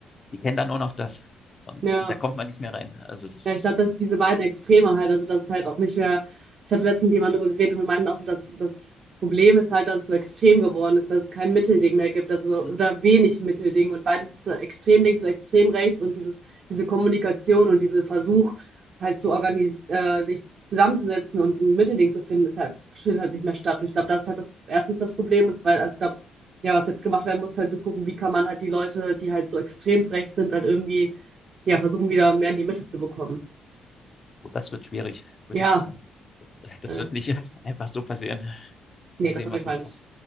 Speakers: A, on the left (about 35°); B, on the right (about 55°).
A: die kennen dann nur noch das. Und
B: ja,
A: da kommt man nicht mehr rein. Also es ist,
B: Ja, ich glaube, dass diese beiden Extreme halt, also dass ist halt auch nicht mehr, ich hatte letztens mit jemandem darüber geredet und wir meinten auch so, dass das Problem ist halt, dass es so extrem geworden ist, dass es kein Mittelding mehr gibt, also
A: Mhm.
B: oder wenig Mittelding und beides ist so extrem links und extrem rechts und dieses, diese Kommunikation und dieser Versuch halt zu organis äh, sich zusammenzusetzen und ein Mittelding zu finden, ist halt, findet halt nicht mehr statt. Und ich glaube, das ist halt das, erstens das Problem und zweitens, also ich glaube, ja, was jetzt gemacht werden muss, ist halt zu gucken, wie kann man halt die Leute, die halt so extremst rechts sind, halt irgendwie, ja, versuchen wieder mehr in die Mitte zu bekommen.
A: gut, das wird schwierig, würde
B: Ja,
A: ich sagen. Das, das
B: äh,
A: wird nicht <laughs> einfach so passieren.
B: ne,
A: Mal
B: das
A: sehen,
B: auf
A: was
B: jeden Fall
A: noch
B: nicht.
A: kommt.